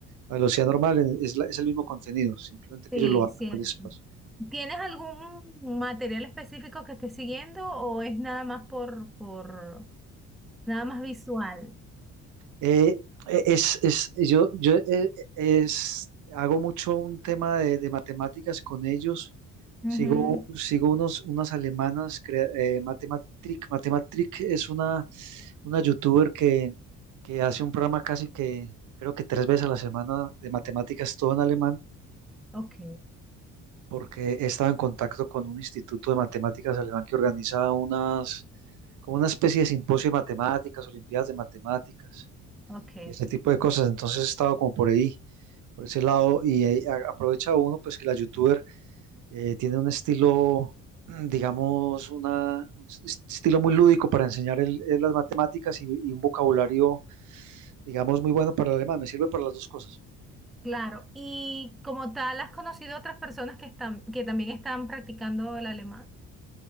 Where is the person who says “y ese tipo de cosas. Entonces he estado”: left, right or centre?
Right